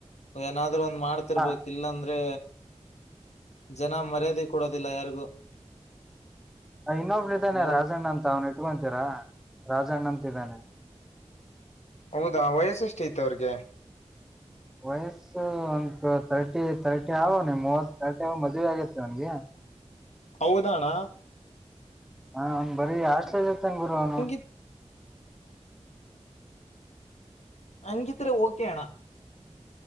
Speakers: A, on the left; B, in the centre.
A: ಏನಾದ ಅ್ರ ಒಂದ್ ಮಾಡ್ತಿರ್ಬೇಕ
B: ಹ
A: ಇಲ್ಲಾ ಅಂದ್ರೆ ಜನ ಮರ್ಯಾದೆ ಕೊಡೋದಿಲ್ಲ ಯಾರಿಗೂ
B: ಇನ್ನೊಬ್ಳ ಇದ್ದಾನೆ
A: ನೋಡು
B: ರಾಜಣ್ಣ ಅಂತ ಅವ್ನು ಇಟ್ಕೊಂತೀರಾ ರಾಜಣ್ಣ ಅಂತ ಇದ್ದಾನೆ
A: ಹೌದಾ ವಯಸ್ಸು ಎಷ್ಟ ಹೈತ್ ಅವ್ರಿಗೆ
B: ವಯಸ್ಸು ಒ ತರ್ಟಿ ತರ್ಟಿ ಅವನಿಗಿ ಮೂವತ್ ತರ್ಟಿ ಮದವಿ ಆಗತಿ ಅವನಿಗಿ
A: ಹೌದಣಾ
B: ಹಾ ಅವ್ನ್ ಬರೀ ಹಾಸ್ಟೇಲ್ ಇರ್ತಾನ ಗುರು ಅವನು
A: ಹಂಗಿತ್ ಅಂಗಿದ್ರೆ ಓಕೆ ಆಣ